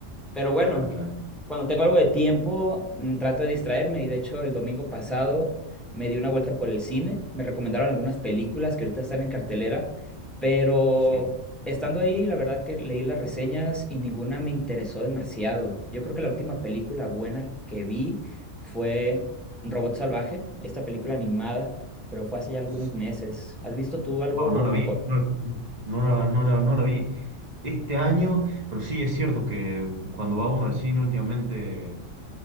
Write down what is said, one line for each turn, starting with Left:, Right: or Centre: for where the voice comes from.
Centre: Pero bueno,
Right: Claro, claro.
Centre: cuando tengo algo de tiempo, mm, trato de distraerme y de hecho el domingo pasado me di una vuelta por el cine, me recomendaron algunas películas que ahorita están en cartelera, pero
Right: Sí,
Centre: estando ahí, la verdad que leí las reseñas y ninguna me interesó demasiado. Yo creo que la última película buena que vi fue Robot Salvaje, esta película animada, pero fue hace ya algunos
Right: sí.
Centre: meses. ¿Has visto tú algo
Right: Wow, no la
Centre: mejor?
Right: vi, no, no la, no la- no la vi este año, pero sí es cierto que cuando va uno al cine últimamente